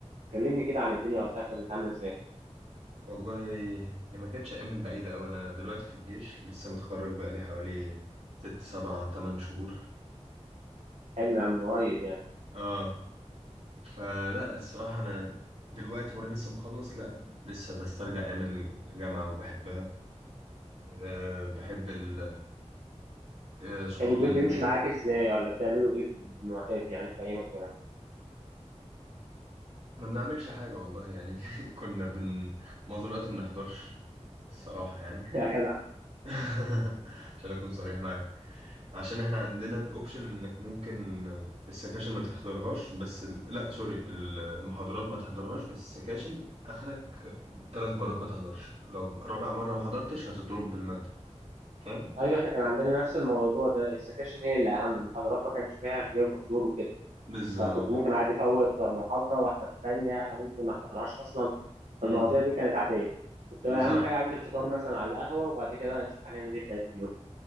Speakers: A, on the right; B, on the right.
A: كلمني كده عن الدنيا وقتها كانت عامله ازاي
B: والله هي ما كانتش ايام من بعيده قوي انا دلوقتي في الجيش لسه متخرج بقالي حوالي ست سبعة تمن شهور
A: حلو يا عم قريب يعني
B: اه فلا الصراحه انا دلوقتي وانا لسه مخلص لا لسه بسترجع ايام الجامعه وبحبها أه بحب ال- آه، صحابي
A: كان اليوم
B: اللي
A: بيمشي
B: هناك
A: معاك ازاي ولا بتعملوا ايه في المعتاد يعني في ايام الجامعه
B: ما بنعملش حاجه والله يعني <laughs> كنا بن معظم الوقت ما بنحضرش الصراحه يعني
A: <laughs> يا جدع
B: <laughs> عشان اكون صريح معاك عشان احنا عندنا الاوبشن انك ممكن السكاشن ما تحضرهاش بس ال... لا سوري المحاضرات ما تحضرهاش بس السكاشن اخرك ثلاث مرات ما تحضرش لو رابع مرة ما حضرتش هتضرب بالمادة فاهم
A: ايوه احنا كان عندنا نفس الموضوع ده السكاشن هي اللي اهم المحاضرات ما كانش فيها غياب وحضور وكده
B: بالظبط
A: فكنت ممكن عادي افوت محاضره واحضر الثانيه ممكن ما احضرهاش اصلا فالمواضيع
B: امم
A: دي كانت عاديه كنت
B: بالظبط
A: اهم حاجه عندي الفطار مثلا على القهوه وبعد كده بقى نشوف هنعمل ايه في بقيه اليوم